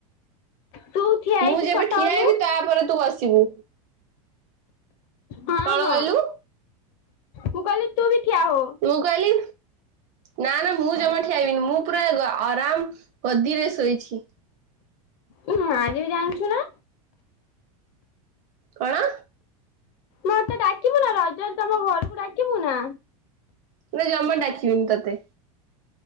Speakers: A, on the left; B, on the right.
A: ତୁ ଠିଆ ହେଇକି
B: ମୁଁ ଯେବେ
A: କଥା
B: ଠିଆ
A: ହଉନୁ
B: ହେଇବି, ତାପରେ ତୁ ବସିବୁ।
A: ହଁ
B: କଣ
A: ହଁ
B: କହିଲୁ
A: ମୁଁ କହିଲି ତୁ ବି ଠିଆ ହୋ।
B: ତୁ କହିଲି ନା ନା ମୁଁ ଜମା ଠିଆ ହେବିନି, ମୁଁ ପୁରା ଆରାମ ଗଦିରେ ଶୋଇଛି।
A: ମୁଁ ମାରିବି ବି ଜାଣିଛୁ ନା।
B: କଣ?
A: ମତେ ଡାକିବୁ ନା, ରଜରେ ତମ ଘରକୁ ଡାକିବୁ ନା?
B: ନା ଜମା ଡାକିବିନି ତତେ।